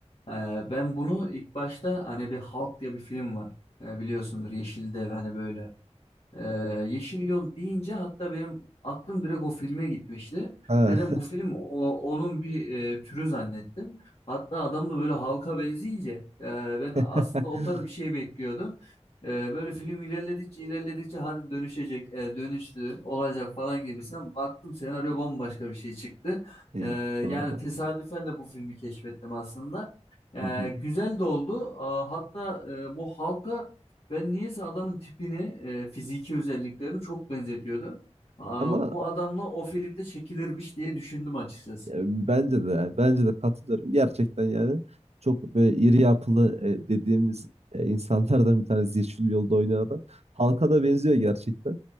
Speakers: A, on the left; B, on the right.
A: Ee, ben bunu ilk başta hani bir Hulk diye bir film var. Ee, biliyorsundur Yeşildev hani böyle ee, Yeşil Yol deyince hatta benim aklım direkt o filme gitmişti.
B: Ha.
A: Dedim bu film o, onun bir e, türü zannettim. Hatta adam da böyle halka benzeyince e, ben
B: <laughs>
A: aslında o tarz bir şey bekliyordum. E, böyle film ilerledikçe ilerledikçe hadi dönüşecek, e, dönüştü, olacak falan gibisinden baktım senaryo bambaşka bir şey çıktı.
B: Evet,
A: E,
B: doğru.
A: yani tesadüfen de bu filmi keşfettim aslında. E,
B: Hı hı.
A: güzel de oldu. E, hatta e, bu halka ben niyeyse adamın tipini, e, fiziki özelliklerini çok benzetiyordum. Aa,
B: Ama
A: bu adamla o filmde çekilirmiş diye düşündüm açıkçası.
B: E, Bence de yani, bence de katılıyorum. Gerçekten yani çok böyle iri yapılı e, dediğimiz e, insanlardan bir tanesi Yeşil Yolda oynayan adam. Halka da benziyor gerçekten.